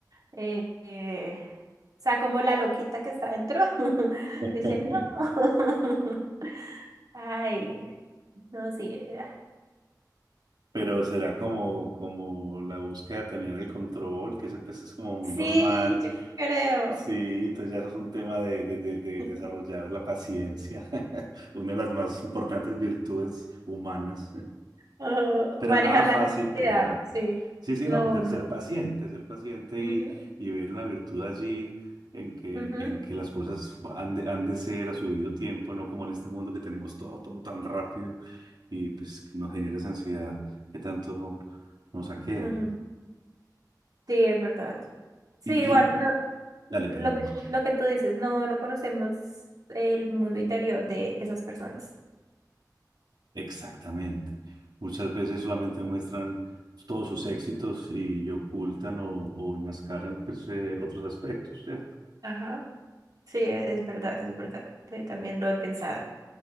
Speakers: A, on the right; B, on the right.
A: eh, eh, o sea, como la loquita que está dentro, <laughs> dice,
B: <laughs>
A: no. <laughs> Ay, no, sí. eh,
B: Pero será como, como la búsqueda de tener el control, que eso pues es como muy
A: Sí,
B: normal.
A: yo creo.
B: Sí, entonces ya eso es un tema de, de, de- de
A: <laughs>
B: desarrollar la paciencia, <laughs> una de las más importantes virtudes humanas.
A: Oh,
B: Pero
A: manejar
B: nada
A: la
B: fácil,
A: ansiedad,
B: pues nada.
A: sí.
B: Sí, sí,
A: No,
B: no, pues ser,
A: no.
B: ser paciente, ser paciente
A: Ujú,
B: y, y ver una virtud allí en que,
A: ujú,
B: en que las cosas han de, han de ser a su debido tiempo, no como en este mundo que tenemos todo, todo tan rápido y pues que nos genera esa ansiedad que tanto nos aqueja.
A: ujú. Sí, es verdad. Sí,
B: Y,
A: igual,
B: y
A: no,
B: dale,
A: lo
B: perdóname.
A: que, lo que tú dices, no, no conocemos el mundo interior de esas personas.
B: Exactamente. Muchas veces solamente muestran todos sus éxitos y, y ocultan o, o enmascaran pues, eh, otros aspectos, ¿cierto?
A: Ajá. Sí, e- es verdad, es verdad. Sí, también lo he pensado.